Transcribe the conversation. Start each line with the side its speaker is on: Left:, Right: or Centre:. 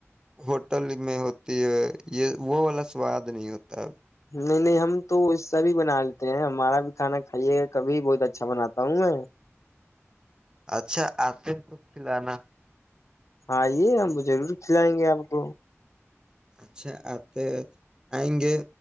Right: ہوٹل میں ہوتی ہے یہ وہ والا سواد نہیں ہوتا ہے
Left: نہیں نہیں ہم تو اس سب بھی بنا لیتے ہیں ہمارا بھی کھانا کائیے کہ کبھی بہت اچھا باتا کہؤ میں
Right: اچھا آتے تو کلانا
Left: آئیے ہم ضرور کھلائیں گے آپ کو
Right: اچھا آتے آئیں گے